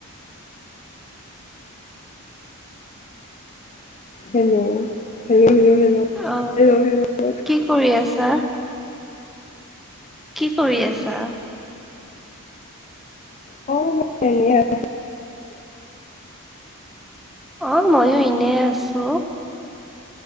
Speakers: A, on the left; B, in the centre.
A: Hello. Hello, hello, hello.
B: অ
A: hello hello.
B: কৰি আছা, কি কৰি আছা?
A: অ' এনেই আছোঁ।
B: অ', ময়ো ইনেই আছোঁ।